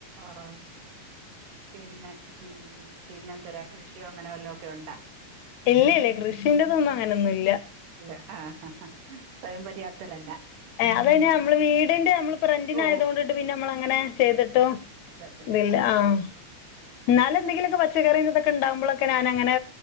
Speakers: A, on the right; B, on the left.
A: ആഹ് പിന്നെ ഉം പിന്നെന്തരാ കൃഷിയോ അങ്ങനെ വല്ലോ ഒക്കെ ഒണ്ടാ
B: ഇല്ല ഇല്ല കൃഷിന്റെതൊന്നും അങ്ങനൊന്നുല്ല
A: ഇല്ല ആഹ് ആഹ് സ്വയം പര്യാപ്തരല്ല
B: ഏഹ് അതാ അയിന് നമ്മള് വീടിന്റെ നമ്മള് പ്രണ്ടിന്
A: ഓ
B: ആയതുകൊണ്ടിട്ട് പിന്ന നമ്മളങ്ങനെ ചെയ്തിട്ടും
A: ഇല്ല
B: ഇതില്ല
A: അഹ് ഉം
B: ആ എന്നാലും എന്തെങ്കിലൊക്കെ പച്ചക്കറി ഇതൊക്കെ ഉണ്ടാവുമ്പളക്കെ ഞാനങ്ങനെ